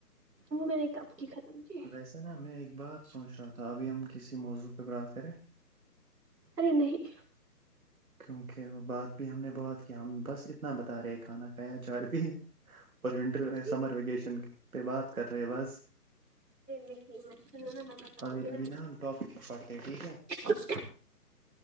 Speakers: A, on the right; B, on the right.
A: وہ میں نے کب کی ختم کی
B: ویسے نا میں ایک بات سوچ رہا تھا ابھی ہم کسی موضوع پہ بات کریں
A: ارے نہیں
B: کیونکہ وہ بات بھی ہم نے بہت کیا ہم بس ا بتا رہے کھانا کھایا چائے پ اور ونٹر
A: جی
B: سمر ویکیشن پہ بات کر رہے بعس
A: نہیںر ل م میں بتاؤں
B: ابھی
A: گ
B: ابھی
A: نا
B: ہم ٹاپک ہی پڑھتے ہیں ٹھیک
A: آپ